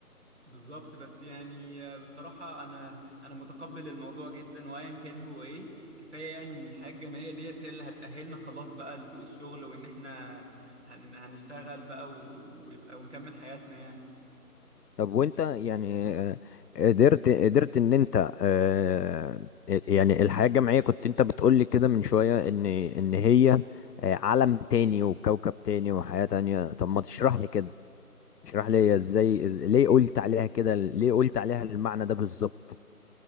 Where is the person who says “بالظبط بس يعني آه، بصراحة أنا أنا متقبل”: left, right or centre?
Right